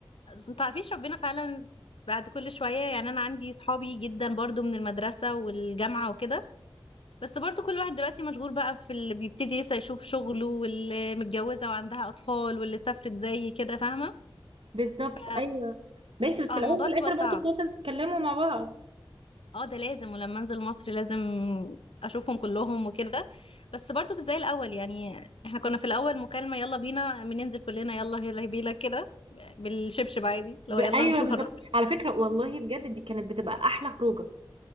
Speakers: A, on the left; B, on the right.
A: ما تعرفيش ربنا فعلا بعد كل شوية يعني أنا عندي صحابي جدا برضو من المدرسة والجامعة وكده بس برضو كل واحد دلوقتي مشغول بقى في اللي بيبتدي لسه يشوف شغله واللي متجوزة وعندها أطفال واللي سافرت زي كده فاهمة
B: بالظبط
A: ف
B: ايوه ماشي بس
A: اه
B: في الاول
A: الموضوع
B: وفي
A: بيبقى
B: الاخر
A: صعب
B: برضه بتقعدوا تتكلموا مع بعض
A: اه ده لازم ولما انزل مصر لازم اشوفهم كلهم وكده بس برضو مش زي الاول يعني احنا كنا في الاول مكالمة يلا بينا بننزل كلنا يلا يلا بينا كده بالشبشب عادي لو
B: ب... ايوه
A: يلا نشوف
B: بالظبط
A: هنروح فين.
B: على فكرة والله بجد دي كانت بتبقى احلى خروجة